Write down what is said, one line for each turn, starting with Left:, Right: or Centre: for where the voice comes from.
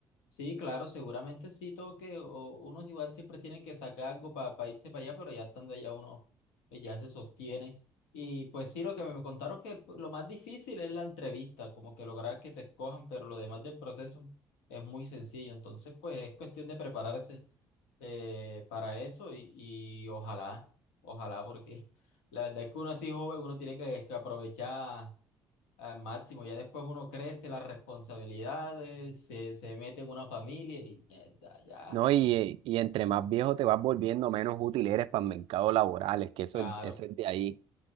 Left: sí, claro, seguramente sí toque, o uno igual siempre tiene que sacar algo para irse para allá, pero ya estando allá uno eh, ya se sostiene. Y pues sí, lo que me contaron que p- lo más difícil es la entrevista, como que lograr que te escojan, pero lo demás del proceso es muy sencillo, entonces pues es cuestión de prepararse. eh, para eso y, y ojalá, ojalá, porque <laughs> la verdad es que uno así joven, uno tiene que, que aprovechar al máximo, ya después uno crece las responsabilidades, se, se mete en una familia y mierda, ya,
Right: ¿no? Y, eh, y entre más viejo te vas volviendo, menos útil eres para el mercado laboral, es que eso
Left: claro.
Right: es, eso es de ahí,